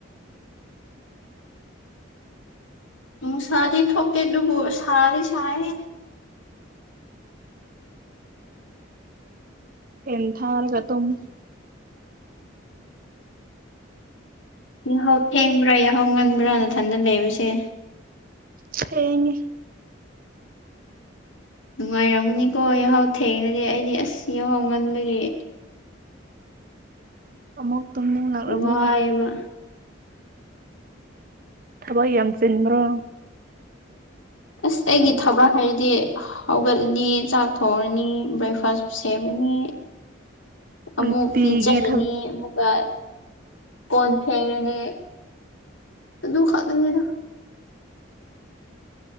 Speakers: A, on the left; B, on the right.
A: ꯅꯨꯡꯁꯥꯗꯤ ꯊꯣꯛꯇꯦ ꯑꯗꯨꯕꯨ ꯁꯥꯗꯤ ꯁꯥꯏꯍꯦ
B: ꯐꯦꯟ ꯊꯥꯔꯒ ꯇꯨꯝꯃꯨ
A: ꯌꯥꯍꯧ ꯊꯦꯡꯕ꯭ꯔ ꯌꯥꯍꯧ ꯉꯟꯕ꯭ꯔ ꯅꯊꯟꯗ ꯂꯩꯕꯁꯦ
B: ꯊꯦꯡꯉꯦ
A: ꯅꯨꯡꯉꯥꯏꯔꯝꯒꯅꯤꯀꯣ ꯌꯥꯍꯧ ꯊꯦꯡꯔꯗꯤ ꯑꯩꯗꯤ ꯑꯁ ꯌꯥꯍꯧ ꯉꯟꯕꯒꯤ
B: ꯑꯃꯨꯛ ꯇꯨꯝꯅꯤꯡꯉꯛꯂꯕꫭ
A: ꯋꯥꯏꯌꯦꯕ
B: ꯊꯕꯛ ꯌꯥꯝ ꯆꯤꯟꯕ꯭ꯔꯣ
A: ꯑꯁ ꯑꯩꯒꯤ ꯊꯕꯛ ꯍꯥꯏꯗꯤ ꯍꯧꯒꯠꯂꯅꯤ ꯆꯥꯛ ꯊꯣꯡ ꯔꯅꯤ ꯕ꯭ꯔꯦꯛꯐꯥꯁ ꯁꯦꯝꯃꯅꯤ ꯑꯃꯨꯛ
B: ꯅꯨꯡꯇꯤꯒꯤ
A: ꯄꯤꯖꯔꯅꯤ
B: ꯊꯕꯛ
A: ꯑꯃꯨꯛꯀ ꯀꯣꯟ ꯐꯦꯡꯔꯅꯤ ꯑꯗꯨ ꯈꯛꯇꯅꯤꯗ